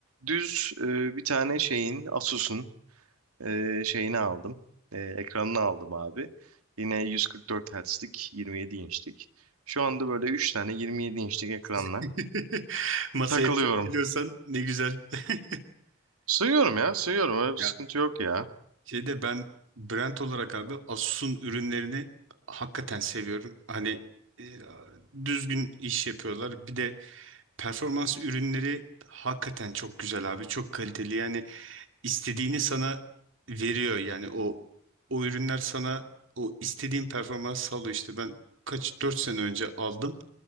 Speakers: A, on the right; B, on the right.
A: düz e, bir tane şeyin Asus'un e, şeyini aldım. E, ekranını aldım abi. Yine 144 Hz'lik 27 inçlik. Şu anda böyle 3 tane 27 inçlik ekranla
B: <laughs> Masaya
A: takılıyorum.
B: yatırabiliyorsan ne güzel. <laughs>
A: Sığıyorum ya, sığıyorum. Öyle bir
B: Ya
A: sıkıntı yok ya.
B: Şeyde ben brand olarak abi Asus'un ürünlerini hakikaten seviyorum. Hani e, düzgün iş yapıyorlar. Bir de performans ürünleri hakikaten çok güzel abi. Çok kaliteli. Yani istediğini sana veriyor yani o o ürünler sana o istediğin performans sağlıyor işte ben kaç 4 sene önce aldım